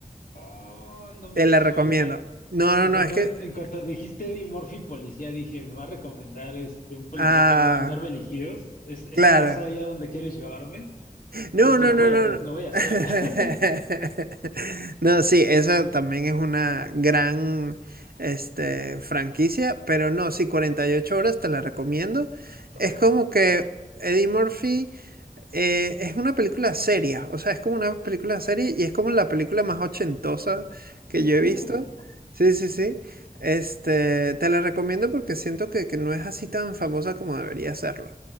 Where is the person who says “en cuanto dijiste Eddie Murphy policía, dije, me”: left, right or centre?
Left